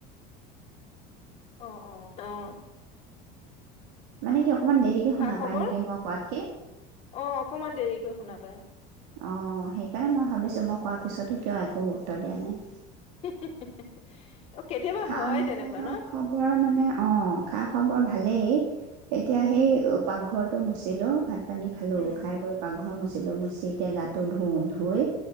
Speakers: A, on the left; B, on the right.
A: অহ, অহ। তঅ।
B: মানে কি অকমান দেৰিকে শুনা
A: খবৰ
B: পাই নেকি মই কোৱাত কি?
A: অ', অকমান দেৰিকৈ শুনা পাই।
B: অ', সেইকাৰণে মই ভাবিছোঁ মই কোৱাৰ পিছতো কিয় একো উত্তৰ দিয়া নাই।
A: <unintelligible> অ কেতিয়াবা
B: খা-খবৰ
A: হয় তেনেকুৱা ন
B: মানে অহ, খা-খবৰ ভালেই। <inaudible> এতিয়া সেই
A: উম
B: উ, পাকঘৰত টো মুচিলোঁ ভাত পানী খালোঁ,
A: উম
B: খাই কৰি পাকঘৰ মচি <inaudible> মুচি এতিয়া গাটো ধুওঁ, ধুই